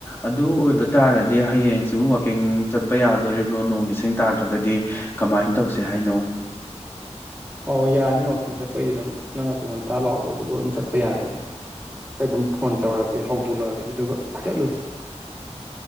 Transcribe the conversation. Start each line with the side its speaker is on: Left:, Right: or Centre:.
Left: ꯑꯗꯨ ꯑꯣꯏꯕ ꯇꯥꯔꯗꯤ ꯍꯌꯦꯡꯁꯨ ꯋꯥꯛꯀꯤꯡ ꯆꯠꯄ ꯌꯥꯗꯣꯔꯤꯕ꯭ꯔꯣ ꯅꯣꯡ ꯂꯤꯁꯤꯡ ꯇꯥꯗ꯭ꯔꯒꯗꯤ ꯀꯃꯥꯏꯅ ꯇꯧꯁꯦ ꯍꯥꯏꯅꯣ
Right: ꯑꯣ ꯌꯥꯅꯤ ꯋꯥꯛꯀꯤꯡ ꯆꯠꯄꯩꯗꯤ ꯑꯗꯨꯝ ꯅꯪ ꯑꯗꯨꯝ ꯉꯥꯟꯇꯥ ꯂꯥꯛꯑꯣ ꯑꯗꯨꯗ ꯑꯗꯨꯝ ꯆꯠ ꯆꯠꯄ ꯌꯥꯒꯅꯤ ꯑꯩ ꯑꯗꯨꯝ ꯐꯣꯟ ꯇꯧꯔꯛꯑꯒꯦ ꯍꯧꯗꯣꯛꯂꯛꯑꯒꯦ ꯑꯗꯨꯏꯗꯨꯒ ꯆꯠꯂꯨꯁꯦ <inaudible>